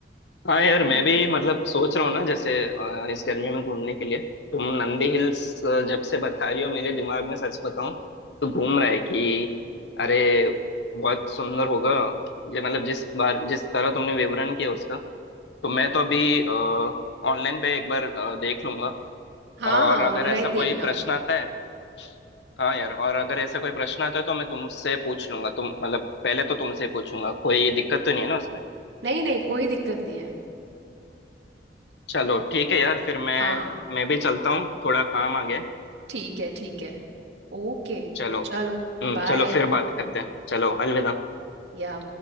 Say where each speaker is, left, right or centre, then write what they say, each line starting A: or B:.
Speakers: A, on the left; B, on the right.
A: हाँ यार
B: और
A: मैं भी मतलब सोच रहा हूँ ना जैसे अ, इस गर्मी में घूमने के लिए तुम नंदी हिल्स अ, जब से बता रही हो मेरे दिमाग में सच बताऊं तो घूम रहा है कि अरे बहुत सुंदर होगा ये मतलब जिस बार जिस तरह तुमने विवरण किया उसका तो मैं तो अभी ऑनलाइन पे एक बार अ, देख लूंगा
B: हाँ
A: और
B: हाँ ऑनलाइन
A: अगर ऐसा
B: देखना
A: कोई प्रश्न आता है हाँ यार और अगर ऐसा कोई प्रश्न आता है तो मैं तुमसे पूछ लूंगा तुम मतलब पहले तो तुमसे पूछूंगा कोई दिक्कत तो नहीं है ना उसमें
B: नहीं नहीं कोई दिक्कत नहीं है
A: चलो ठीक है यार फिर मैं
B: हाँ
A: मैं भी चलता हूँ थोड़ा काम आ गया
B: ठीक है ठीक है ओके
A: चलो
B: चलो
A: हम्म
B: बाय
A: चलो फिर बात करते हैं चलो अलविदा
B: या